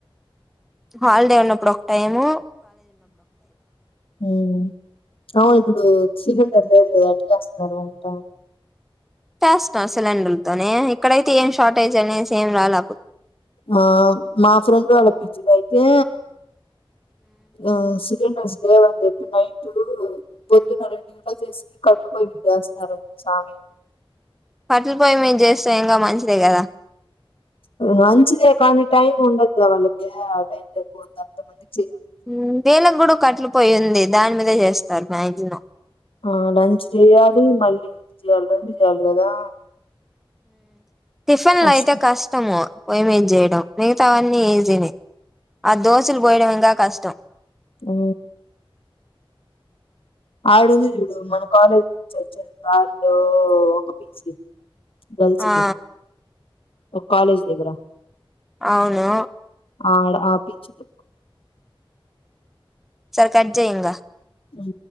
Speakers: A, in the centre; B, on the left (about 75°).
A: హాలిడే ఉన్నప్పుడు ఒక్టైము
B: ఉ అవునిప్పుడు చిలూమ్ పర్లేదు లే అట్లనేవస్తూన్నా రంట
A: ఫస్ట్ అసలు సిలిండర్లతోనే ఇక్కడైతే ఏం షార్టేజ్ అనేసి ఏం రాల బు
B: మా మా ఫ్రెండ్ వాళ్ళ పీజిలైతే వాసు సిలిండర్స్ లేవన్జెప్పి, నైటు పొద్దున్న రెండు గంట్లాకి చేసి, కట్లు పోయి మింద జేస్తన్నారండి సామి.
A: కట్లపొయ్యి మీద చేస్తే ఇంకా మంచిదే గదా
B: మంచిదే కానీ టైం ఉండద్దా? వాళ్ళకి ఆ టైం సరిపోవద్ద, అంత మంది
A: ఉ వీళ్ళకి గూడ కట్లే పోయింది దాని మీదే చేస్తారు బయజనా
B: ఆ లంచ్ చేయాలి మళ్ళీ ఇది చేయాలి రెండు చేయాలి కదా
A: టిఫిన్
B: కష్టం
A: లో అయితే కష్టము పొయ్యిమీద చేయడం మిగతావన్నీ ఈజీ నే ఆ దోశలు పోయడువంకా కష్టం
B: అ ఆడు చడు మన కాలేజ్ నుంచి వచ్చే దారిలో ఒక పీజీ గల్స్ది
A: ఆ
B: ఒక కాలేజ్ <unintelligible>
A: అవును
B: ఆడ ఆ పీజీలో
A: సరే కట్చయింగ
B: అ